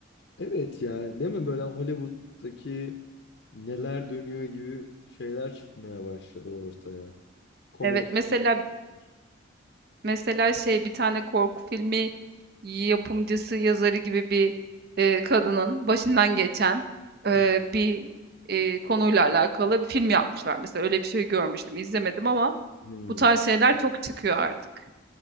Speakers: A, on the left; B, on the right.
A: Evet ya değil mi böyle Hollywood'daki neler dönüyor gibi şeyler çıkmaya başladı ortaya. Komedi.
B: Evet, mesela
A: filmler.
B: Mesela şey bir tane korku filmi yapımcısı, yazarı gibi bir e, kadının başından geçen e,
A: Hı
B: bir e, konuyla alakalı bir film yapmışlar. Mesela öyle bir şey görmüştüm, izlemedim ama
A: hı.
B: bu tarz şeyler çok çıkıyor artık.